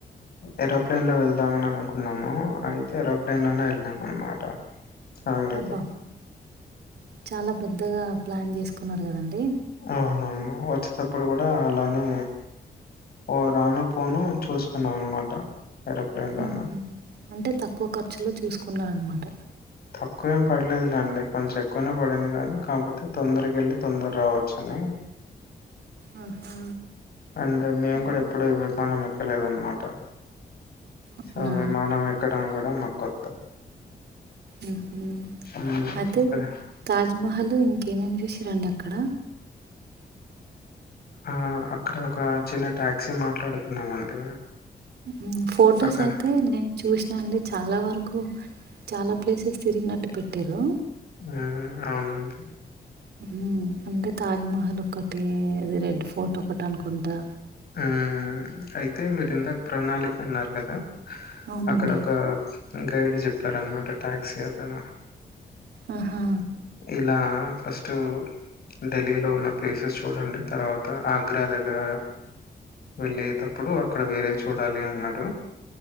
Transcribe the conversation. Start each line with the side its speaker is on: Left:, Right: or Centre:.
Left: ఏరోప్లేన్ లో వెళ్దామని అనుకున్నాము అయితే ఏరోప్లేన్ లోనే వెళ్లినం అనమాట. ఫ్యామిలీతో
Right: అబ్బా చాలా పెద్దగా ప్లాన్ చేసుకున్నారు కాదండి.
Left: అవునవును వచ్చేటప్పుడు కూడా అలానే. ఓ రాను పోను చూసుకున్నాం అనమాట. ఏరోప్లేన్ లోనే
Right: ఉహూ అంటే తక్కువ ఖర్చులో చూసుకున్నారు అనమాట.
Left: తక్కువ ఏం పడలేదులేండి కొంచెం ఎక్కువనే పడింది గానీ కాకపోతే తొందరగ వెళ్ళి తొందర రావచ్చ అని.
Right: ఆహా.
Left: అండ్ మేము
Right: అంటే
Left: కూడా ఎప్పుడు విమానం ఎక్కలేదు అనమాట
Right: అవునా!
Left: సో విమానం ఎక్క. ఎక్కడం కూడా మాకు కొత్త.
Right: ఉహూ
Left: మ్మ్
Right: అయితే
Left: అక్కడ
Right: తాజ్మహల్ ఇంకేమేమి చూసింరండి అక్కడ.
Left: ఆహ్ అక్కడ ఒక చిన్న టాక్సీ మాట్లాడుకున్నామండి.
Right: ఉమ్ ఫోటోస్
Left: అక్కడ
Right: అయితే నేను. చూసినా అండి చాలా వరకు చాలా ప్లేసెస్ తిరిగినట్టు పెట్టేరు.
Left: ఆ అవునండి
Right: ఊ అంటే తాజ్మహల్ ఒకటి అది రెడ్ ఫోర్ట్ ఒకటి అనుకుంటా
Left: ఆ అయితే మీరిందాక ప్రణాళిక అన్నారు కదా
Right: అవునండి.
Left: అక్కడ ఒక గైడ్ చెప్పారన్నమాట టాక్సీ అతను
Right: ఆహా
Left: ఇలా ఫస్టు ఢిల్లీలో ఉన్న ప్లేసెస్ చూడండి తర్వాత ఆగ్రా దగ్గర వెళ్ళేటప్పుడు అక్కడ వేరే చూడాలి అన్నాడు